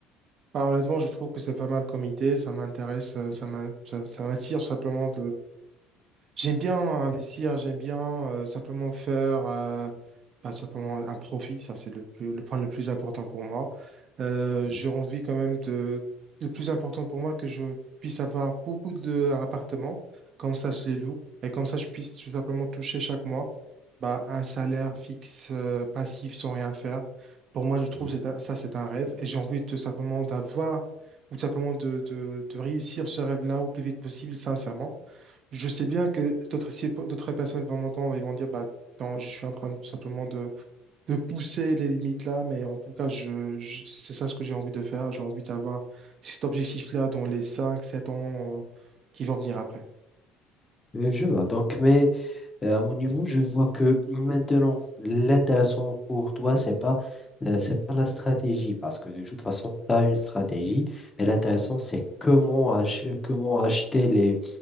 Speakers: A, on the right; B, on the left.
A: Ah, honnêtement, je trouve que c'est pas mal comme idée. Ça m'intéresse, euh, ça m'in- ça- ça m'attire tout simplement J'aime bien investir, j'aime bien euh, simplement faire euh, bah, simplement un profit, ça c'est le plus, le point le plus important pour moi. Euh,
B: Oui,
A: j'ai envie quand même de... Le plus important pour moi, que je puisse avoir beaucoup d'appartements, comme ça je les loue, et comme ça je puisse tout simplement toucher chaque mois bah, un salaire fixe, euh, passif, sans rien faire. Pour moi, je trouve
B: oui.
A: que c'est un- ça c'est un rêve, et j'ai envie de simplement d'avoir, ou simplement de, de de réussir ce rêve-là au plus vite possible, sincèrement je sais bien que d'autres si d'autres personnes vont m'entendre, ils vont dire bah non, je suis en train de- tout simplement de, de pousser les limites là, mais en tout cas, je, je- c'est ça ce que j'ai envie de faire. J'ai envie d'avoir cet objectif-là dans les 5 7 ans euh, qui vont venir après.
B: Euh, je vois. Donc, mais Euh, à mon niveau, je vois que maintenant, l'intéressant pour toi, c'est pas, euh, c'est pas la stratégie, parce que de toute façon, tu as une stratégie, mais l'intéressant, c'est comment, ach- comment acheter les